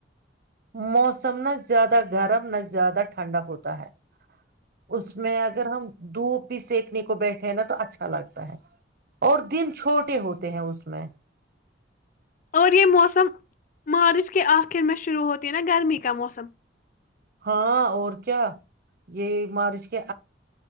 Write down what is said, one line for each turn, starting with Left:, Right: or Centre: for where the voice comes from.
Right: موسم نہ زیادہ گرم نہ زیادہ ٹھنڈا ہوتا ہے اس میں اگر ہم دھوپ بھی سکنے کو بیٹھے ہیں نا تو اچھا لگتا ہے اور دن چھوٹے ہوتے ہیں اس میں
Left: اور یہ موسم مارچ ک آخر میں شروع ہوتی نا گرمی کا موسم
Right: ہاں اور کیا یہ مارچ کے